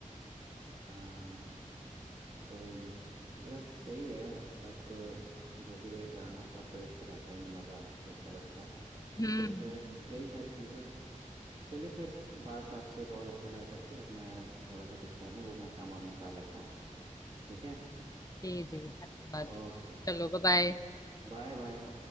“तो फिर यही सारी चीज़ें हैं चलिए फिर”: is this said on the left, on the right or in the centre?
Right